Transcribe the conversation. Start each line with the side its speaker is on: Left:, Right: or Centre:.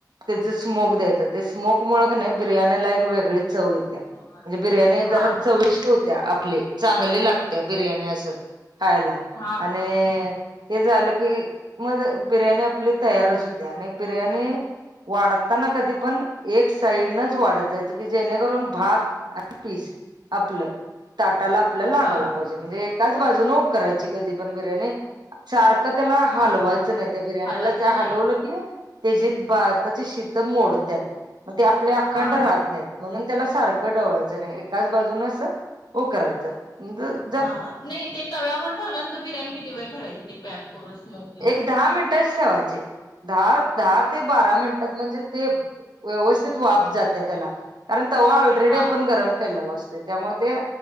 Right: त्याच स्मोक द्यायचं ते स्मोक मुळ नाही बिर्याणीला एक वेगळी चव येते.
Left: हां
Right: म्हणजे बिर्याणी
Left: अ, हां
Right: जरा
Left: हां
Right: चविष्ट होत्या आपली चांगली लागते बिर्याणी असं खायला.
Left: हां
Right: आणि
Left: हां.
Right: ते झालं की मग बिर्याणी आपली तयारच होते आणि बिर्याणी वाढताना कधी पण एक साईडनच वाढत जायचं की जेणेकरून भात पीस आपलं ताटाला आपल्या लागायला
Left: हं हां
Right: पाहिजे. म्हणजे एकाच बाजू न उकरायची कधी पण बिर्याणी.. सारखं त्याला हलवायचं
Left: हां हां
Right: नाही त्या बिर्याणीला
Left: हलवायचं
Right: त्या हलवलं
Left: नाही
Right: की.. त्यात भाताचे शीत मोडतात मग ते आपले अखंड
Left: हां
Right: राहत
Left: हां
Right: नाहीत म्हणून त्याला सारख कडवायचं आणि एकाच बाजूनच हो करायचं म्हणज..
Left: हा नाही ते तव्यावर ठेवलंनंत बिर्याणी किती वेळ ठेवायची ती पॅक करून स्मोक देऊन
Right: एक दहा मिनिट ठेवायचे दहा दहा ते बारा मिनिटात म्हणजे- ते व्यवस्थित वाप जाते त्याला कारण तवा ऑलरेडी
Left: हां
Right: आपण गरम केलेला असतो. त्यामुळे ते